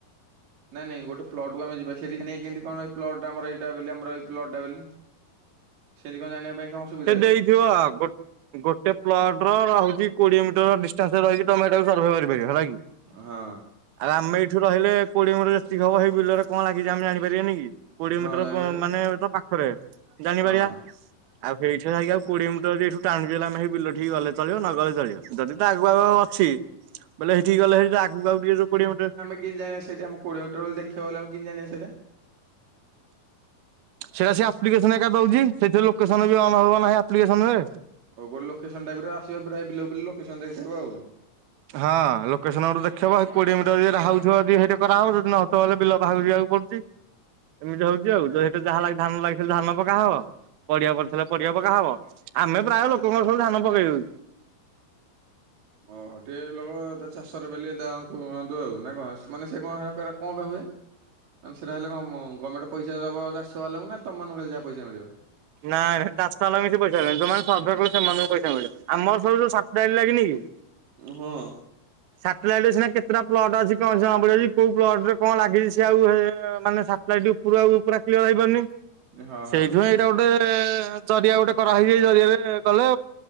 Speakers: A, on the right; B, on the right.
A: ନାଇଁ-ନାଇଁ ଗୋଟେ ପ୍ଲଟକୁ ଆମେ ଯିବା ସେଠି ଜଣିଆ କେନ୍ତି କଣ ପ୍ଲଟ ଆମର ଏଇଟା ବୋଲି ଆମର ଏଇ ପ୍ଲଟଟା ବେଲି? ସେନ୍ତି କଣ ଜାଣିବା ପାଇଁ କଣ? ସୁବିଧା
B: ସେ
A: ଅଛି
B: ଦେଇଥିବ ଗୋ ଗୋଟେ ପ୍ଲଟର ରହୁଛି କୋଡିଏ ମିଟର ଡିଷ୍ଟାନ୍ସରେ ରହିଛି ତମେ ଏଇଟାକୁ ସର୍ଭେ କରିପାରିବ ହେଲା କି?
A: ହଁ।
B: ଆଉ ଆମେ ଏଇଠୁ ରହିଲେ? କୋଡିଏ ମିଟର ଯେତିକ ହବ ସେଇ ବିଲରେ କଣ ଲାଗିଛି ଆମେ ଜାଣିପାରିବାନି କି କୋଡିଏ
A: ହଁ
B: ମିଟର
A: ଜାଣିପାରିବା।
B: ମାନେ ତ ପା ପାଖରେ ଜାଣିପାରିବା।
A: ହଁ
B: ଆଉ ସେଇଠି ଯାଇକି ଆଉ କୋଡିଏ ମିିଟର ଏଇଠି ଟାଣୁଚ଼ି ବେଲେ ଆମେ ସେଇ ବିଲଠିକି ଗଲେ ଚ଼ଳିବ ନ ଗଲେ ଚଳିବ ଯଦି ଆଗୁଆଗ ଅଛି। ବୋଲେ ସେଇଠିକି ଗଲେ ସେଇ ଆଗକୁ ଆକୁ ଟିକେ ଯୋଉ କୋଡିଏ ମିଟର
A: କିନ୍ତି ଜାଣିଆ ସେଟା ଆମ କୋଡିଏ ମିଟର ବେଲି ଦେଖେଇବ ବେଲେ ଆମେ କିନ୍ତି ଜଣିବା ସେଟା?
B: ସେଟା ସେ ଆପ୍ଲିକେସନ ଏକା ଦଉଛି ସେଥିରେ ଲୋକେସନ ବି ଅନ଼ ହବ ନା ଆପ୍ଲିକେସନରେ
A: ଆଉ ଗୋଟେ ଲୋକେସନ ଟାଇପରେ ଆସିବା ଲୋକେସନ ଦେଖେଇବ ଆଉ
B: ହଁ ଲୋକେସନ ଦେଖେଇବ କୋଡିଏ ମିଟର ଯେଟା ହଉଥିବ ସେଇଟେ କରାହବ ଯଦି ନ ହଉଥିବ ହେଲେ ବିଲ ବାହାରକୁ ଯିବାକୁ ପଡୁଛି। ଏମିତି ହଉଛି ଆଉ ଯେଠି ଯାହା ଧାନ ଲାଗିି ଥିଲେ ଧାନ ପକା ହବ ପଢଆ ପଡିଥିଲେ ପଢିବା ପକା ହବ ଆମେ ପ୍ରାୟ ଲୋକଙ୍କର ସବୁ ଧାନ ପକେଇଦଉଛୁ।
A: ଅ ହ ଗୋଟିଏ ଲୋକ ଚାଷରେ ବଲି ତା କୁହନ୍ତୁ ନା କଣ ସେ କଣ ମାନେ ସେ କଣ ପାଇଁ ହୁଏ? ଆମ ସେଇଟା ହେଲେ କଁ ଗମେଣ୍ଟ ପଇସା ଦେବ ଚାଷ ବାଲାଙ୍କୁ ନା ତମମାନଙ୍କୁ ହେଲେ ଯାହା ପଇସା ମିିଳିବ?
B: ନାଇଁ ଚାଷବାଲାଙ୍କୁ ବେଶୀ ପଇସା ନାହିଁ ଯୋଉମାନେ ସର୍ଭେ କରୁଛନ୍ତି ସେମାନଙ୍କୁ ପଇସା ମିଳିବ ଆମର ସବୁ ସର୍ପ୍ରାଇ ଲାଗିନି କି?
A: ହଁ।
B: ସାଟେଲାଇଟରେ ସିନା କେତେଟା ପ୍ଲଟ ଅଛି କଣ ପ୍ଲଟ ଅଛି କଣ ଜଣା ପଡଛି କୋଉ ପ୍ଲଟରେ କଣ ଲାଗିଛି ସ ଆଉ ମାନେ ସାଟେଲାଇଟ ଉପୁରୁ ଆଉ କ୍ଲିଅର ହେଇପାରୁନି
A: ହଁ
B: ସେଇଥିପାଇଁ ଏଇଟା ଗୋଟେ ଜରିଆ ଗୋଟେ କରାହେଇଯାଇ ଜରିଆରେ ଗଲେ